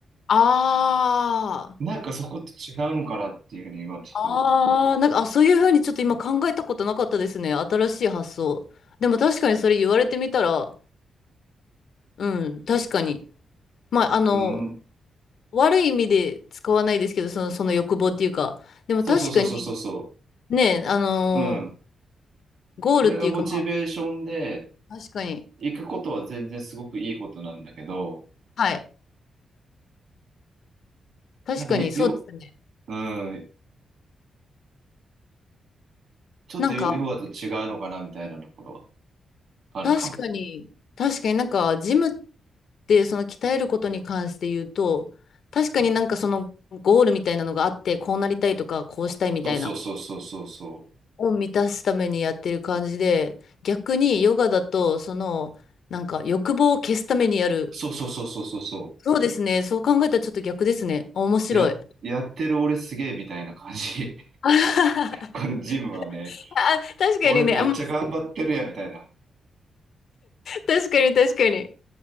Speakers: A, on the left; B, on the right.
A: あ
B: なんかそこって違うのかなっていうふうに今ちょっと、
A: あ、ああ、なんか、あ、そういうふうにちょっと今考えたことなかったですね。新しい発想。でも確かにそれ言われてみたら、うん、確かに。まあ、あの、
B: うん、
A: 悪い意味で使わないですけど、その、その欲望っていうか。でも確かに、
B: そうそうそうそうそうそ
A: ね、あのー
B: う、うん。
A: ゴールっていうか、
B: それがモチベーションで、
A: まあ、確かに。
B: 行くことは全然すごくいいことなんだけど、
A: はい。確かに、
B: なんかよ、
A: そうですね。
B: うん、ちょっとヨ、
A: なんか、
B: ヨガと違うのかなみたいなところはあるかも。
A: 確かに、確かになんか、ジムって、その鍛えることに関して言うと、確かになんかそのゴールみたいなのがあって、こうなりたいとか、こうしたいみたいな、
B: そうそうそうそうそうそう。
A: を満たすためにやってる感じで、逆にヨガだと、その、なんか欲望を消すためにやる。
B: そうそうそうそうそうそ
A: そうですね。そう考えたらちょっと逆ですね。あ面白い。
B: う。や、
A: <laughs>
B: やってる俺すげえみたいな感じ。
A: あははは
B: このジムはね、
A: あ確かにね。
B: 俺めっちゃ頑張ってるやんみたいな。
A: あ、ま確かに確かに。